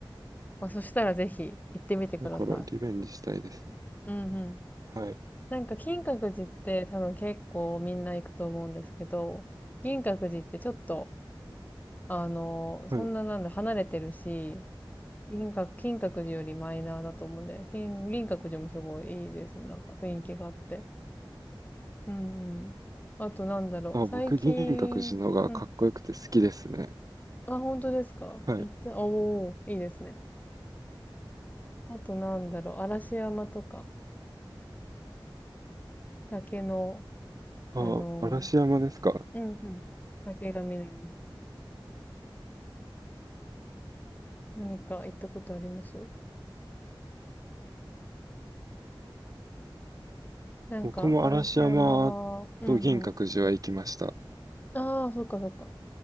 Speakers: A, on the left; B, on the right.
A: まあ、そしたらぜひ行ってみてください。
B: だからリベンジしたいですね。
A: うん、うん。
B: はい。
A: なんか金閣寺って多分結構みんな行くと思うんですけど、銀閣寺ってちょっと、あの、
B: はい。
A: そんななんだ、離れてるし、銀閣、金閣寺よりマイナーだと思うんで、金、銀閣寺もすごいいいです。なんか雰囲気があって。うんうん。あとなんだろう、
B: あ、
A: 最近、
B: 僕、銀閣寺のがかっこよくて好きですね。
A: うん。あ、本当ですか行った、
B: はい。
A: おー、いいですね。あとなんだろう、嵐山とか、竹の、
B: あ、
A: あの
B: 嵐山ですか。
A: うんうん。ー、竹が見れます。何か行ったことありますなんか、
B: 僕も嵐山と銀閣寺は行きました。
A: 嵐山は、うんうん。ああ、そっかそっか。